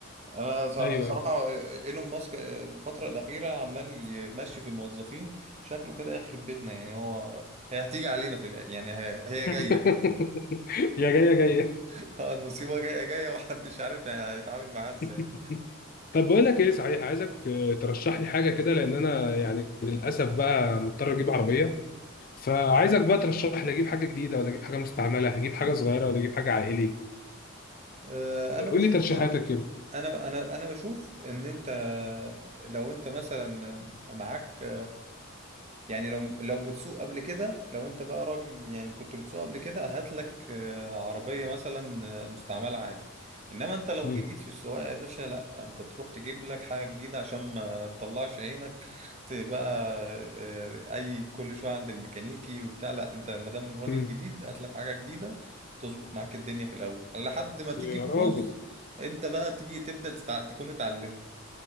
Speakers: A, on the right; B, on the left.
A: انا صرا-
B: ايوه
A: صراحة ايلون ماسك الفترة الأخيرة عمال يمشي في الموظفين شكله كده يخرب بيتنا يعني هو هي هتيجي علينا في الآ- يعني هي, هي
B: <laughs>
A: جاية
B: يا جاي يا جاي
A: <laughs> آه، المصيبة جاية جاية ومحدش عارف يعني هيتعامل معاها ازاي
B: <laughs> طب بقول لك ايه صحيح عايزك آه، ترشح لي حاجه كده لان انا يعني للاسف بقى مضطر اجيب عربيه فعايزك بقى ترشح لي اجيب حاجه جديده ولا اجيب حاجه مستعمله اجيب حاجه صغيره ولا اجيب حاجه عائلي
A: آه، انا بشوف
B: قول لي ترشيحاتك
A: وال-
B: كده
A: انا انا انا بشوف ان انت لو انت مثلا معاك يعني لو لو بتسوق قبل كده لو انت بقى راجل يعني كنت بتسوق قبل كده هات لك آه، عربية مثلا آه، مستعملة عادي انما انت لو
B: مم.
A: جديد في السواقة يا باشا لا انت تروح تجيب لك حاجة جديدة عشان ما تطلعش عينك <laughs> تبقى آه، اي كل شوية عند الميكانيكي وبتاع لا انت ما دام راجل
B: مم.
A: جديد هات لك حاجة جديدة تظبط معاك الدنيا في الاول لحد ما تيجي
B: يا
A: تبوظ
B: راجل
A: انت بقى تيجي تبدأ تتع... تكون اتعلمت